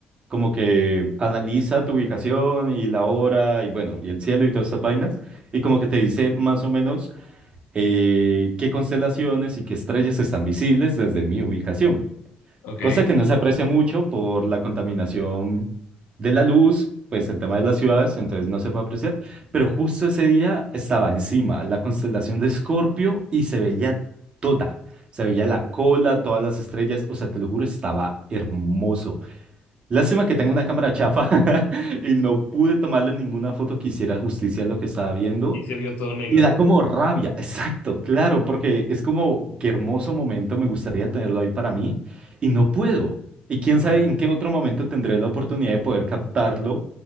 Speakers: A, on the right; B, on the left.
A: como que analiza tu ubicación y la hora y bueno, y el cielo y todas estas vainas, y como que te dice más o menos eh, qué constelaciones y qué estrellas están visibles desde mi ubicación.
B: Ok.
A: Cosa que no se aprecia mucho por la contaminación de la luz, pues el tema de las ciudades, entonces no se puede apreciar. Pero justo ese día estaba encima la constelación de Escorpio y se veía toda. Se veía la cola, todas las estrellas, o sea, te lo juro, estaba hermoso. Lástima que tengo una cámara chafa <laughs> y no pude tomarle ninguna foto que hiciera justicia a lo que estaba viendo,
B: Y se vio todo negro.
A: y da como rabia, exacto, claro, porque es como, qué hermoso momento, me gustaría tenerlo ahí para mí, y no puedo. Y quién
B: Claro,
A: sabe en qué otro momento tendré la oportunidad de poder captarlo